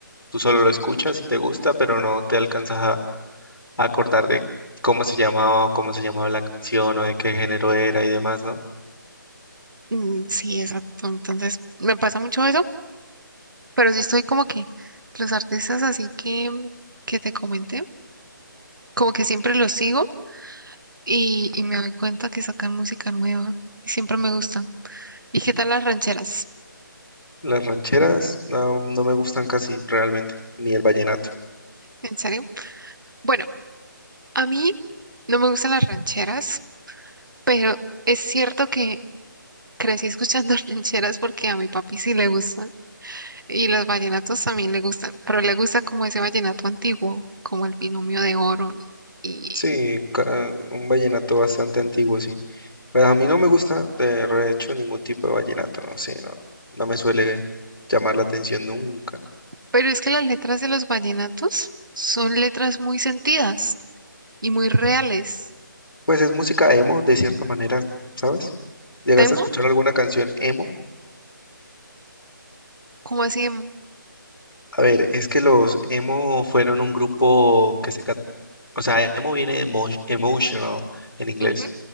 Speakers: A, on the left; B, on the right.
A: tú solo lo escuchas y te gusta, pero no te alcanzas a, a acordar de cómo se llamaba o cómo se llamaba la canción o de qué género era y demás, ¿no?
B: Mm, Sí, exacto. Entonces, me pasa mucho eso, pero sí estoy como que los artistas así que, que te comenté, como que siempre los sigo y, y me doy cuenta que sacan música nueva y siempre me gustan. ¿Y qué tal las rancheras?
A: Las rancheras no, no me gustan casi realmente, ni el vallenato.
B: ¿En serio? Bueno, a mí no me gustan las rancheras, pero es cierto que Crecí escuchando <laughs> rancheras porque a mi papi sí le gustan y los vallenatos también le gustan, pero le gusta como ese vallenato antiguo, como el Binomio de Oro. ¿no? Y...
A: Sí, ca- un vallenato bastante antiguo, sí. Pues a mí no me gusta de hecho ningún tipo de vallenato, no sé, no, no me suele llamar la atención nunca.
B: Pero es que las letras de los vallenatos son letras muy sentidas y muy reales.
A: Pues es música emo, de cierta manera, ¿sabes? ¿Llegaste
B: ¿Demo?
A: a escuchar alguna canción emo?
B: como así demo?
A: A ver, es que los emo fueron un grupo que se... cat- O sea, emo viene de emo- emotional en inglés,
B: Ujú,